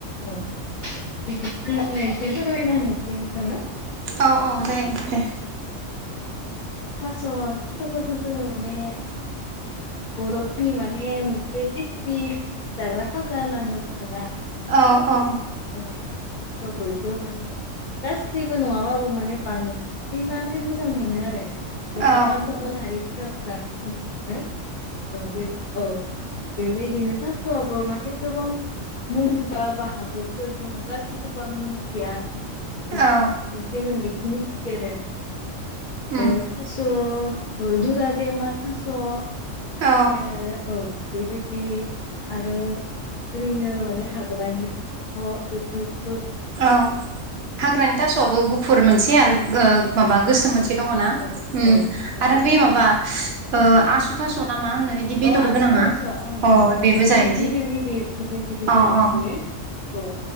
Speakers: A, on the left; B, on the right.
A: औ बिदिब्ला आं एसे फोरमायना होनोसै नोंथांनो
B: औ औ जायो दे
A: थास' थास'खौथ' जोङो माने बर'फोरनि माने मोनसे टेस्टि जाग्रा खाजा नांगोन आरोना
B: औ औ
A: औ थास'खौथ' बयबो माने गासैबो नङाबाबो माने बां नानो मोजां मोनो आरो बर'
B: औ
A: बा गुबुन हारिफोराबो जानायखौ नुनो मोनो औ बे औ बेबायदिनो थास'आबो माने गोबां मोनबा बाहागोफोर दङ गासैखौबो आं मिथिया ना आङो मोनसे
B: औ
A: मोननैखौ मिथियो आरो माने ओ
B: उम
A: थास' ओ दुुरा देमा थास' निफ्राय
B: औ
A: आरो औ बेबायदि आरो ओरैनो माने हाग्रानि थास' बेफोर
B: औ हाग्रानि थास'आबो गुफुर मोनसे आरो माबा गोसोम मोनसे दङ ना
A: औ
B: ओम
A: औ मोननाय थायो
B: आरो बे माबा आसु थास ना मा होनो इदि बेदर
A: अ आसु
B: गोनाङा
A: थास ओं
B: अ बेबो
A: एसे
B: जायोदि
A: गिदिर गिदिर जायो
B: अ
A: ना
B: अ
A: बियो औ